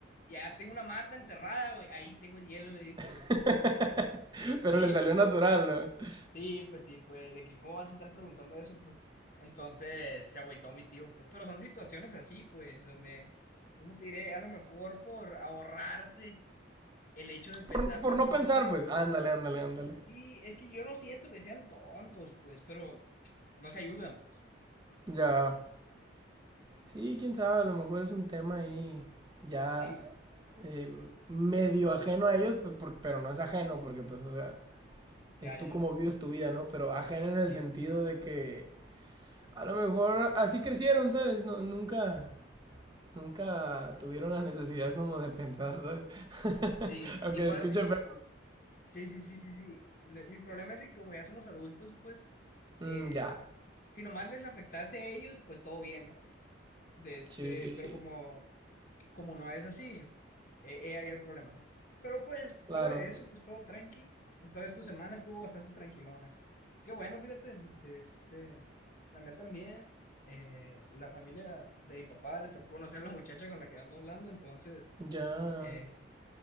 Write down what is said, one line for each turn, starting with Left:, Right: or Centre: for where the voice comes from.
Left: Ya tengo una mata enterrada, güey. Ahí tengo el hielo, le dijo,
Right: <laughs>
Left: güey. <laughs>
Right: Pero
Left: Y-
Right: le salió
Left: y-
Right: natural, ¿no?
Left: sí, pues sí, pues de que cómo vas a estar preguntando eso, pues. Entonces se agüitó mi tío, pues. Pero son situaciones así, pues, donde, ¿cómo te diré? A lo mejor por ahorrarse el hecho de pensar
Right: Por, por
Left: tantito,
Right: no pensar,
Left: ¿no?
Right: pues, ándale, ándale, ándale.
Left: Sí, es que yo no siento que sean tontos, pues, pero no se ayudan, pues.
Right: Ya. Sí, quién sabe, a lo mejor es un tema ahí ya
Left: Sí,
Right: eh, medio ajeno a ellos, pe- por- pero no es ajeno, porque pues, o sea,
Left: ya,
Right: es tú
Left: ya, ya.
Right: como vives tu vida, ¿no? Pero ajeno en el
Left: Sí.
Right: sentido de que a lo mejor así crecieron, ¿sabes? No, nunca, Nunca tuvieron la necesidad como de pensar, ¿sabes? <laughs>
Left: Sí,
Right: Aunque
Left: igual,
Right: se escuche feo.
Left: sí, sí, sí, sí, sí. Le- Mi problema es que como ya somos adultos, pues,
Right: Mm,
Left: eh,
Right: ya.
Left: si nomás les afectase a ellos, pues todo bien, ¿no? De este,
Right: Sí, sí,
Left: pero
Right: sí.
Left: como, como no es así, eh, eh, ahí el problema, ¿no? Pero pues,
Right: Claro.
Left: fuera de eso, pues todo tranqui. Entonces tu semana estuvo bastante tranquilona. Qué bueno, fíjate, de este, la mía también, eh, la familia de mi papá le tocó conocer a la muchacha con la que ando hablando, entonces...
Right: Ya.
Left: eh,